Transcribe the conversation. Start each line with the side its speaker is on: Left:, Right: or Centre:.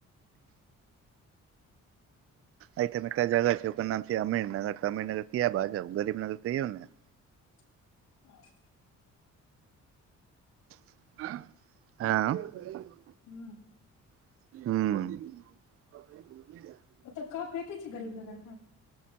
Right: अइ ठाम एकटा जगह छै ओकर नाम छै अमीरनगर तऽ अमीर नगर किया बाजब गरीबनगर कहियो ने
Left: <unintelligible>
Right: हँ
Left: हूँ
Right: ह्म
Left: ओतय कप भेटै छै गरीब नगरमे